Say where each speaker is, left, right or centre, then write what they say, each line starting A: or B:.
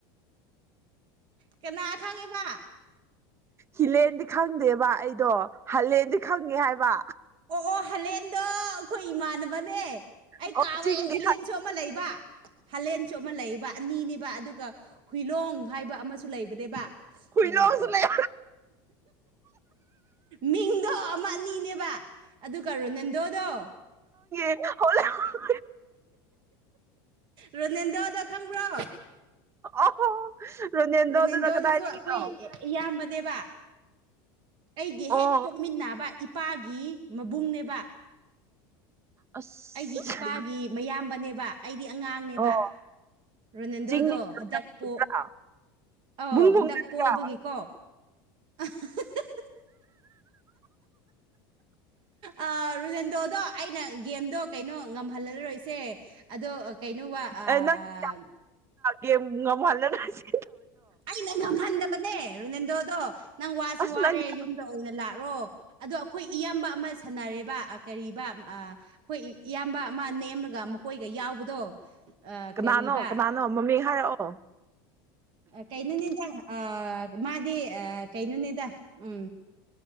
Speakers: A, on the right; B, on the right.
A: ꯀꯅꯥ ꯈꯪꯉ‌ꯦꯕ
B: ꯍꯤꯂꯦꯟꯗꯤ ꯈꯪꯗꯦꯕ ꯑꯩꯗꯣ ꯍꯥꯂꯦꯟꯗꯤ ꯈꯪꯉꯦ ꯍꯥꯏꯕ
A: ꯑꯣ ꯑꯣ ꯍꯂꯦꯟꯗꯣ ꯑꯩꯈꯣꯏ ꯏꯃꯥꯟꯅꯕꯅꯦ ꯑꯩ
B: ꯑꯣ
A: ꯀꯥꯎꯋꯦ
B: ꯆꯤꯡꯒꯤ
A: ꯍꯤꯂꯦꯟꯁꯨ ꯂꯩꯕ ꯍꯥꯂꯦꯟꯁꯨ ꯑꯃ ꯂꯩꯕ ꯑꯅꯤꯅꯦꯕ ꯑꯗꯨꯒ ꯍꯨꯏꯂꯣꯡ ꯍꯥꯏꯕ ꯑꯃꯁꯨ ꯂꯩꯕ ꯅꯦꯕ
B: ꯍꯨꯏꯂꯣꯡꯁꯨ
A: ꯎꯝ ꯑꯣ
B: ꯂꯩ
A: ꯃꯤꯡꯗꯣ ꯑꯃ ꯑꯅꯤꯅꯦꯕ ꯑꯗꯨꯒ ꯔꯣꯅꯥꯟꯗꯣꯗꯣ
B: <unintelligible>
A: ꯔꯣꯅꯦꯟꯗꯣꯗ‌ꯣ ꯈꯪꯕ꯭ꯔꯣ
B: ꯑꯍꯣ ꯔꯣꯅꯥꯟꯗ‌ꯣ
A: ꯔꯣꯅꯦꯜꯗꯣꯗꯨꯁꯨ
B: ꯗꯨꯅ ꯀꯗꯥꯏꯗꯒꯤꯅꯣ
A: ꯑꯩꯈꯣꯏ ꯏꯌꯥꯝꯕꯅꯦꯕ ꯑꯩꯒꯤ
B: ꯑꯣ
A: ꯍꯦꯛ ꯄꯣꯛꯃꯤꯟꯅꯕ ꯏꯄꯥꯒꯤ ꯃꯕꯨꯡꯅꯦꯕ
B: ꯑꯁ
A: ꯑꯩꯒꯤ ꯏꯄꯥꯒꯤ ꯃꯌꯥꯝꯕꯅꯦꯕ ꯑꯩꯗꯤ ꯑꯉꯥꯡꯅꯦꯕ
B: ꯑꯣ
A: ꯔꯣꯅꯥꯜꯗꯣꯗꯣ
B: ꯆꯤꯡꯗꯒꯤꯒꯗ꯭ꯔꯥ
A: ꯍꯟꯗꯛ ꯄꯣ ꯑꯥꯎ
B: ꯕꯨꯡ ꯕꯨꯡꯅꯗ꯭ꯔꯥ
A: ꯍꯟꯗꯛ ꯄꯣꯕꯒꯤꯀꯣ <unintelligible> ꯑꯥ ꯔꯣꯅꯥꯟꯗꯣꯗꯣ ꯑꯩꯅ ꯒꯦꯝꯗꯣ ꯀꯩꯅꯣ ꯉꯝꯍꯜꯂꯔꯣꯏꯁꯦ ꯑꯗꯣ ꯀꯩꯅꯣ ꯋꯥ ꯑꯥ
B: ꯑꯦ ꯅꯪꯅ ꯒꯦꯝ ꯉꯝꯍꯜꯂꯔꯣꯏ ꯁꯦ
A: ꯑꯩꯅ ꯉꯝꯍꯟꯗꯕꯅꯦ ꯔꯣꯅꯥꯟꯗꯣꯗꯣ ꯅꯪ ꯋꯥꯁꯨ
B: ꯑꯁ
A: ꯋꯥꯔꯦ
B: ꯅꯪꯗꯤ
A: ꯌꯨꯝ ꯑꯣꯏꯅ ꯂꯥꯛꯔꯣ ꯑꯗꯣ ꯑꯩꯈꯣꯏ ꯏꯌꯥꯝꯕ ꯑꯃ ꯁꯥꯟꯅꯔꯦꯕ ꯑꯥ ꯀꯔꯤꯕ ꯑꯥ ꯑꯩꯈꯣꯏ ꯏꯌꯥꯝꯕ ꯑꯃ ꯅꯦꯝꯔꯒ ꯃꯀꯣꯏꯒ ꯌꯥꯎꯕꯗꯣ
B: ꯀꯅꯥꯅꯣ
A: ꯀꯔꯤꯕ
B: ꯀꯅꯥꯅꯣ ꯃꯃꯤꯡ ꯍꯥꯏꯔꯛꯑꯣ
A: ꯀꯩꯩꯅ‌ꯣꯅꯤꯗ ꯑ ꯃꯥꯗꯤ ꯑ ꯀꯩꯩꯅ‌ꯣꯅꯤꯗ ꯎꯝ